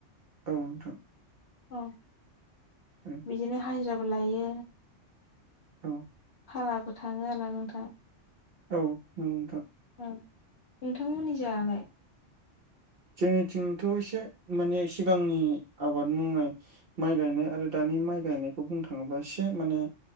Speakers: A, on the right (about 55°); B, on the left (about 65°).
A: औ नोंथां
B: औ
A: <unintelligible>
B: बिदिनो हाजिराबो लायो
A: औ
B: भाराबो थाङो आरोना नोंथां
A: औ नोंगौ नोंथां
B: औ नोंथांमोननिजायालाय
A: जोंनिथिंथ' एसे माने सिगांनि आबाद मावनाय माइ गायनाय आरो दानि माइ गायनायखौ बुंनो थाङोबा एसे माने